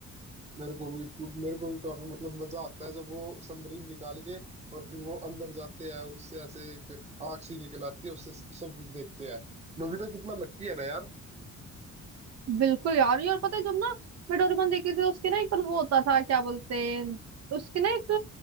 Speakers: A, on the right; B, on the right.
A: मेरे को भी मेरे को भी काफी मतलब मजा आता है जब वो समरीन निकाल के और फिर वो अंदर जाते हैं और उससे ऐसे एक आग सी निकल आती है उससे सब कुछ देखते हैं नोबिता कितना लकी है ना यार
B: बिल्कुल यार ये और पता है जब ना मैं डोरेमोन देखी थी उसके ना एक पर वो होता था क्या बोलते हैं उसके ना एक